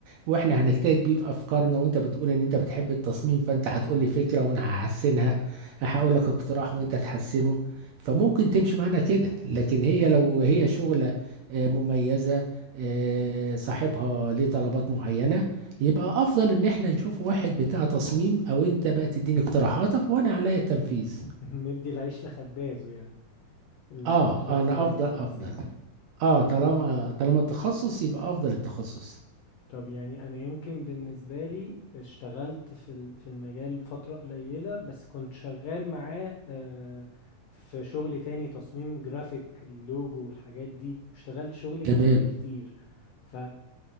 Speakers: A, on the right; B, on the left.
A: واحنا هنجتهد بيه بافكارنا وانت بتقول ان انت بتحب التصميم فانت هتقول لي فكره وانا هحسنها هقول
B: امم
A: لك اقتراح مم. وانت تحسنه فممكن تمشي معانا كده لكن هي لو هي شغل آه، مميزة آه، صاحبها ليه طلبات معينة يبقى أفضل إن احنا نشوف واحد بتاع تصميم أو أنت بقى تديني اقتراحاتك وأنا عليا التنفيذ
B: <laughs> ندي العيش لخبازه يعني ال-
A: آه
B: الشخص
A: أنا
B: اللي
A: أفضل
B: يبقى
A: أفضل
B: مناسب ليه
A: آه طالما طالما التخصص يبقى أفضل التخصص
B: طب يعني انا يمكن بالنسبه لي اشتغلت في ال- في المجال فتره قليله بس كنت شغال معاه آه، في شغل تاني تصميم جرافيك اللوجو والحاجات دي اشتغلت شغل
A: تمام
B: جانبي كتير فانت